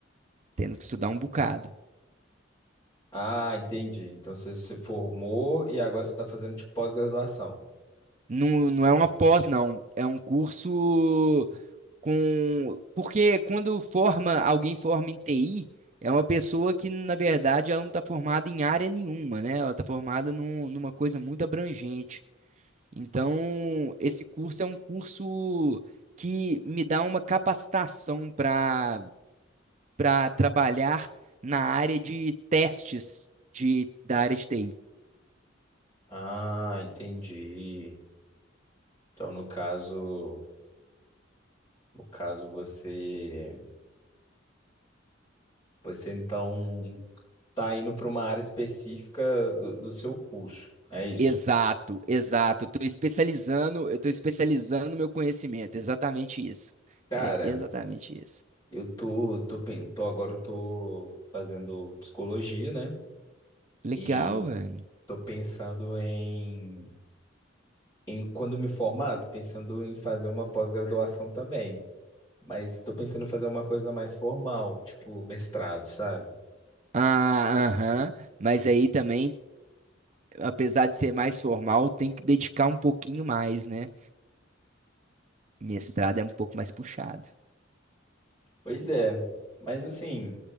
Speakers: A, on the right; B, on the left.
A: tendo que estudar um bocado.
B: Ah, entendi. Então você se formou e agora você está fazendo tipo pós-graduação.
A: Não, não é uma pós, não. É um curso com. Porque quando forma, alguém forma em TI, é uma pessoa que, na verdade, ela não está formada em área nenhuma, né? Ela está formada num- numa coisa muito abrangente. Então, esse curso é um curso que me dá uma capacitação para para trabalhar na área de testes de, da área de TI.
B: Ah, entendi. Então no caso, no caso você, você então tá indo para uma área específica do, do seu curso. É isso.
A: Exato, exato. Estou especializando, eu estou especializando meu conhecimento. Exatamente isso.
B: Cara,
A: É exatamente isso.
B: eu tô, tô, pen- eu tô agora eu tô fazendo psicologia, né?
A: Legal,
B: E
A: velho.
B: tô pensando em em- quando me formar, tô pensando em fazer uma pós-graduação também, mas estou pensando em fazer uma coisa mais formal, tipo mestrado, sabe?
A: Ah, aham. Mas aí também, apesar de ser mais formal, tem que dedicar um pouquinho mais, né? Mestrado é um pouco mais puxado.
B: Pois é, mas assim,